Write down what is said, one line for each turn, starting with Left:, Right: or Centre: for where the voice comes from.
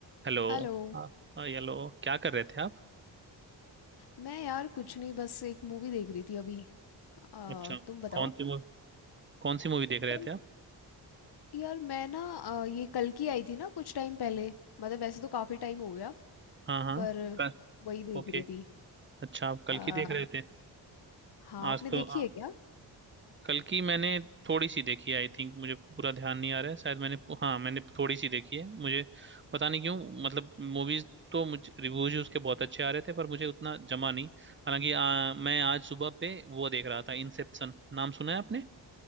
Right: Hello
Left: हेलो
Right: हाँ हाँ, hello क्या कर रहे थे आप
Left: मैं यार कुछ नहीं बस एक मूवी देख रही थी अभी आ,
Right: अच्छा
Left: तुम बताओ
Right: कौन सी मूवी कौन सी मूवी देख रहे
Left: यार
Right: थे आप
Left: यार मैं ना आ, ये कल की आई थी ना कुछ टाइम पहले मतलब वैसे तो काफी टाइम हो गया
Right: हाँ हाँ
Left: पर
Right: कल
Left: वही देख
Right: ओके
Left: रही थी
Right: अच्छा आप कल
Left: आ,
Right: की देख रहे थे
Left: हाँ
Right: आज
Left: आपने
Right: तो
Left: देखी
Right: आ,
Left: है क्या
Right: कल की मैंने थोड़ी सी देखी है, आई थिंक मुझे पूरा ध्यान नहीं आ रहा है शायद मैंने पू- हाँ मैंने थोड़ी सी देखी है मुझे पता नहीं क्यों मतलब मूवीज तो मुझे रिव्यूज उसके बहुत अच्छे आ रहे थे पर मुझे उतना जमा नहीं हालांकि आ, मैं आज सुबह पे वो देख रहा था इंसेप्शन नाम सुना है आपने